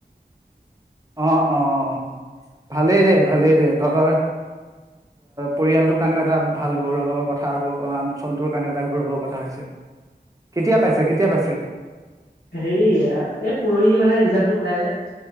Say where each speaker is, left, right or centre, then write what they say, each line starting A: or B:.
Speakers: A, on the right; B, on the left.
A: অ অ অ ভালেই দে ভালেই দে তহঁতৰ পৰিয়ালটোৰ কাৰণেও এটা ভাল গৌৰৱৰ কথা আৰু অঞ্চলটোৰ কাৰণেও এটা গৌৰৱৰ কথা হৈছে কেতিয়া পাইছে কেতিয়া পাইছে।
B: হেৰি এই পৰহি মানে ৰিজাল্টটো ওলালে